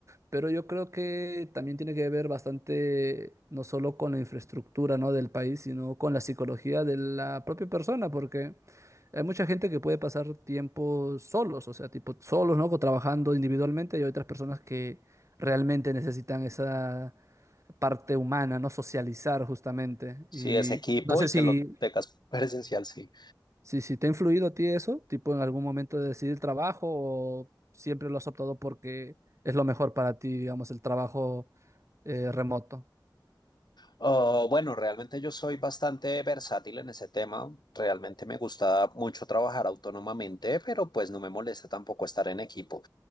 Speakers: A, on the right; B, on the left.
A: pero yo creo que también tiene que ver bastante no solo con la infraestructura, ¿no? del país, sino con la psicología de la propia persona, porque hay mucha gente que puede pasar tiempo solos, o sea, tipo solos, ¿no? co- Trabajando individualmente, y hay otras personas que realmente necesitan esa parte humana, no socializar justamente.
B: Sí,
A: Y
B: es equipo
A: no sé
B: y
A: si,
B: que lo tengas <laughs> presencial, sí.
A: si, si te ha influido a ti eso, tipo en algún momento de decidir trabajo o siempre lo has optado porque es lo mejor para ti, digamos, el trabajo eh, remoto.
B: Oh, bueno, realmente yo soy bastante versátil en ese tema. Realmente me gusta mucho trabajar autónomamente, pero pues no me molesta tampoco estar en equipo.